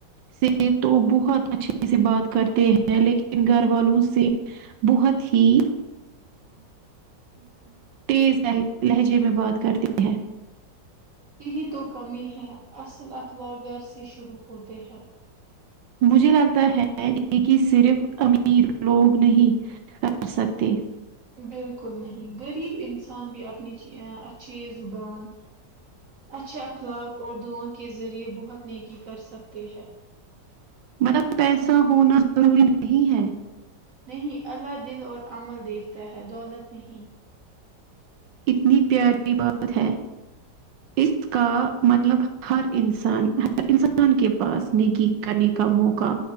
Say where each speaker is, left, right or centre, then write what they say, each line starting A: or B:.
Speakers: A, on the right (about 80°); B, on the right (about 50°).
A: سے تو بہت اچھے سے بات کرتے ہیں لیکن گھر والوں سے بہت ہی تیز لہجے میں بات کرتی ہے
B: یہی تو کمی ہے اصل اخلاق گھر سے شروع ہوتے ہیں
A: مجھے لگتا ہے یہ کہ صرف امیر لوگ نہیں کر سکتے
B: بالکل نہیں غریب انسان بھی اپنی اچھی زبان اچھے اخلاق اور دعا کے ذریعے بہت نیکی کر سکتے ہیں
A: مطلب پیسہ ہونا ضروری نہیں ہے
B: نہیں اللہ دل اور عمل دیکھتا ہے دولت نہیں
A: اتنی پیاری بات ہے اس کا مطلب ہر انسان ہر ان کے پاس نیکی کرنے کا موقع